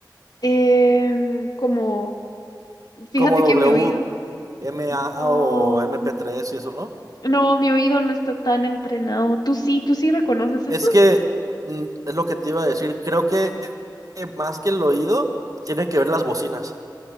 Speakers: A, on the left (about 60°); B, on the right (about 50°).
A: Em, como, fíjate
B: Como WMA
A: que mi oído, no,
B: o MP3 y eso, ¿no?
A: no, mi oído no está tan entrenado. ¿Tú sí, tú sí reconoces
B: Es
A: eso?
B: que mm, es lo que te iba a decir. Creo que eh, más que el oído, tiene que ver las bocinas.